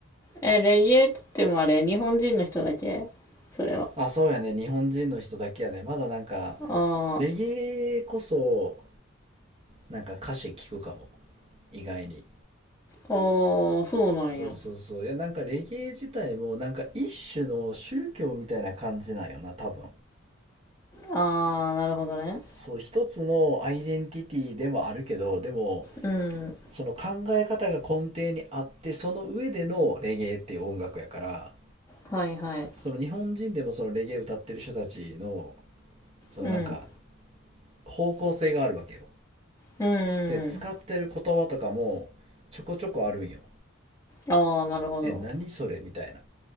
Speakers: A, on the left (about 15°); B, on the right (about 30°).
A: え、レゲエって言ってもあれ、日本人の人だけそれは。
B: あそうやね日本人の人だけやねまだなんか
A: あー、
B: レゲエこそなんか歌詞聞くかも意外に
A: あー、そうなんや。
B: そうそうそういやなんかレゲエ自体もなんか一種の宗教みたいな感じなんよな多分
A: ああ、なるほどね。
B: そう一つのアイデンティティでもあるけどでも
A: うん。
B: その考え方が根底にあってその上でのレゲエっていう音楽やから
A: はいはい。
B: その日本人でもそのレゲエ歌ってる人たちのそのなんか
A: うん。
B: 方向性があるわけよ
A: うん、
B: で使ってる言葉とかもちょこちょこあるんよ
A: うん。ああ、なるほど。
B: え何それみたいな